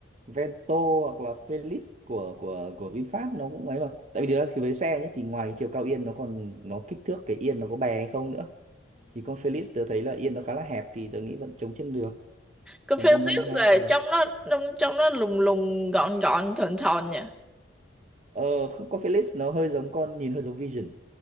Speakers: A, on the right; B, in the centre.
A: Vento hoặc là Felix của của của VinFast nó cũng ấy mà tại vì thực ra khi với xe nhé thì ngoài chiều cao yên nó còn nó kích thước cái yên nó có bè hay không nữa thì con Felix tớ thấy là yên nó khá là hẹp thì tớ nghĩ vẫn chống chân được
B: Confucius
A: còn con Yamaha
B: là
A: thì
B: trong nó trong trong nó lùng lùng gọn gọn thon thon nha.
A: ờ không con Felix nó hơi giống con nhìn hơi giống Vision